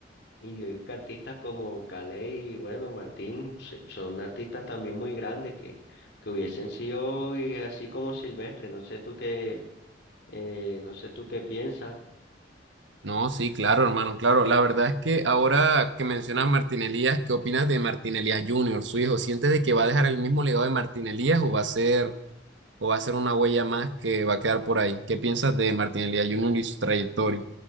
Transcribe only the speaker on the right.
No, sí, claro, hermano, claro. La verdad es que ahora que mencionas Martín Elías, ¿qué opinas de Martín Elías Jr., su hijo? ¿Sientes de que va a dejar el mismo legado de Martín Elías o va a ser, o va a ser una huella más que va a quedar por ahí? ¿Qué piensas de Martín Elías Jr. y su trayectoria?